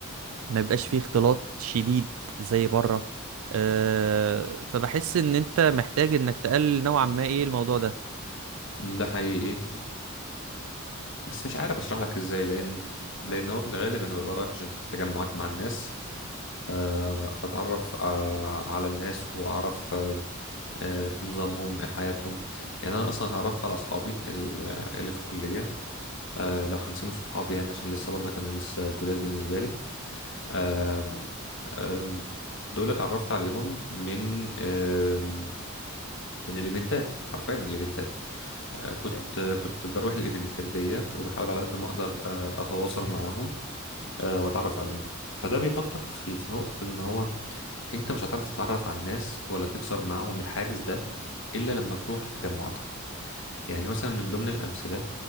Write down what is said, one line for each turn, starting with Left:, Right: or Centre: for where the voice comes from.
Right: ما بيبقاش فيه اختلاط شديد زي بره أه فبحس ان انت محتاج انك تقلل نوعا ما ايه الموضوع ده
Left: مم، ده حقيقي بس مش عارف اشرح لك ازاي لان لان هو في الغالب انا ببقى رايح عشان تجمعات مع الناس آه، اتعرف آه، على الناس واعرف آه، آه، إيه نظامهم ايه حياتهم يعني انا اصلا اتعرفت على اصحابي ال- اللي في الكليه آه، لو هنسيب صحابي يعني عشان لسه برضه كان لسه جداد بالنسبه لي آم، آم، دول اتعرفت عليهم من آم، من الايفنتات حرفيا من الايفنتات آه، كنت كنت بروح الايفنتات دي وبحاول على قد ما اقدر آه، اتواصل معاهم آه، واتعرف عليهم فده بيحطك في في نقطة ان هو انت مش هتعرف تتعرف على الناس ولا تكسر معاهم الحاجز ده الا لما تروح تجمعاتهم يعني مثلا من ضمن الامثلة